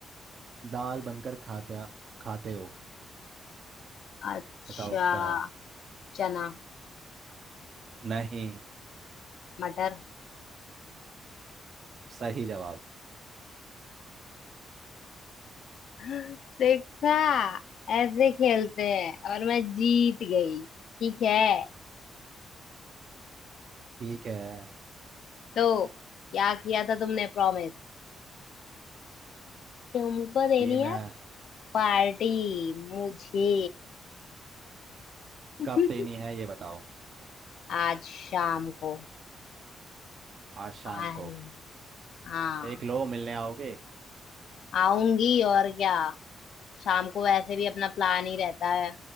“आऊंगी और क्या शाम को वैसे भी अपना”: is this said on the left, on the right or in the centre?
Left